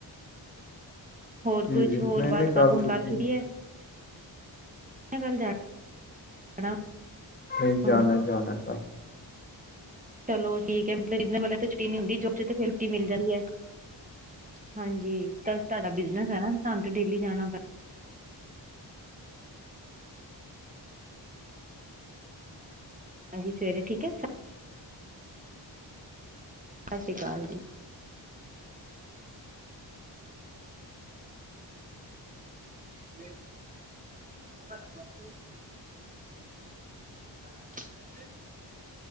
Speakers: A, on the right (about 15°); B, on the left (about 20°).
A: ਹੋਰ
B: ਜੀ
A: ਕੁਛ
B: ਜੀ
A: ਹੋਰ
B: ਨਹੀਂ
A: ਬਾਤ
B: ਨਹੀਂ ਕੱਲ
A: ਕੰਮ ਕੁੰਮ
B: ਛੁੱਟੀ
A: ਕਰ ਚੁੱਕੀ
B: ਨਹੀਂ
A: ਹੈ। ਕੱਲ ਜਾਣਾ
B: ਨਹੀਂ ਜਾਣਾ
A: ਹੁਣ
B: ਜਾਣਾ ਕੰਮ
A: ਚਲੋ ਠੀਕ ਹੈ ਬਿਜਨਸ ਵਾਲਿਆ ਨੂੰ ਤੇ ਛੁੱਟੀ ਨਹੀਂ ਹੁੰਦੀ ਜੋਬ ਵਿੱਚ ਤਾਂ ਛੁੱਟੀ ਮਿਲ ਜਾਣੀ ਹੈ। ਹਾਂਜੀ ਤਾਂ ਤੁਹਾਡਾ ਬਿਜਨਸ ਹੈ ਸਾਨੂੰ ਤੇ ਡੇਲੀ ਜਾਣਾ ਪੈ ਹਾਂਜੀ ਸਵੇਰੇ ਠੀਕ ਹੈ ਸਤਿ ਸ੍ਰੀ ਅਕਾਲ ਜੀ ਵੇਦੀ ਘਰੋਂ ਵਾਪਸ <unintelligible>